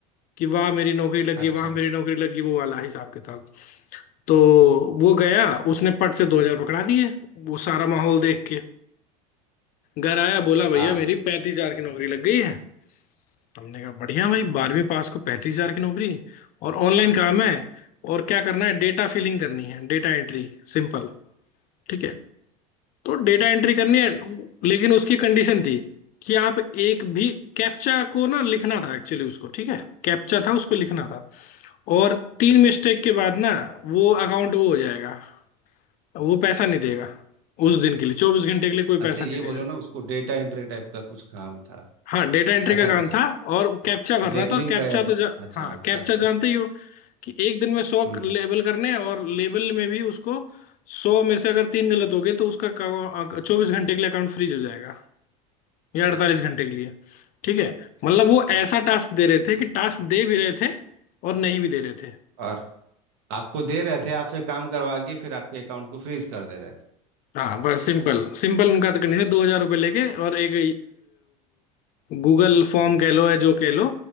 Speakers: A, on the left; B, on the right.
A: कि वाह मेरी नौकरी लगी
B: अच्छा
A: वाह मेरी नौकरी लगी वो वाला हिसाब किताब तो वो गया उसने पट से दो हजार पकड़ा दिए वो सारा माहौल देख के घर आया बोला भैया
B: आ
A: मेरी पैंतीस हजार की नौकरी लग गई है हमने कहा बढ़िया भाई बारहवीं पास को पैंतीस हजार की नौकरी और ऑनलाइन काम है और क्या करना है डेटा फिलिंग करनी है डेटा एंट्री सिंपल ठीक है तो डेटा एंट्री करनी है लेकिन उसकी कंडीशन थी कि आप एक भी कैप्चा को ना लिखना था एक्चुअली उसको ठीक है कैप्चा था उसको लिखना था और तीन मिस्टेक के बाद ना वो अकाउंट वो हो जाएगा वो पैसा नहीं देगा उस दिन के लिए चौबीस घंटे के लिए कोई
B: अच्छा
A: पैसा
B: ये
A: नहीं देगा
B: बोलो ना उसको डेटा एंट्री टाइप का कुछ काम था
A: हाँ डेटा एंट्री
B: ऐसा
A: का काम
B: क्या
A: था और कैप्चा भरना
B: लेबलिंग
A: था और कैप्चा
B: का या
A: तो जा,
B: अच्छा
A: हाँ कैप्चा
B: कैप्चर
A: जानते ही हो कि एक दिन में सौ
B: हम्म
A: लेबल करने हैं और लेबल में भी उसको सौ में से अगर तीन गलत हो गए तो उसका चौबीस घंटे के लिए अकाउंट फ्रीज हो जाएगा या अड़तालीस घंटे के लिए ठीक है मतलब वो
B: अच्छा
A: ऐसा
B: अच्छा
A: टास्क दे रहे थे कि टास्क दे भी रहे थे और नहीं भी दे रहे थे
B: और आपको दे रहे थे आपसे काम करवा के फिर आपके अकाउंट को फ्रीज कर दे रहे थे
A: हाँ बस सिंपल सिंपल उनका तो करनी थी दो हजार रुपये लेके और एक गूगल फॉर्म कह लो या जो कह लो